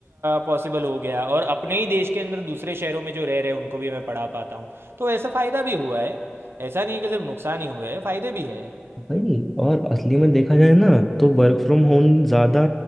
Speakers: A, on the right; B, in the centre.
A: पॉसिबल हो गया और अपने ही देश के अंदर दूसरे शहरों में जो रह रहे हैं उनको भी मैं पढ़ा पाता हूँ तो ऐसा फ़ायदा भी हुआ है ऐसा नहीं है कि सिर्फ नुकसान ही हुए हैं फ़ायदे भी है
B: भाई और असली में देखा जाए ना तो वर्क फ्रॉम होम ज़्यादा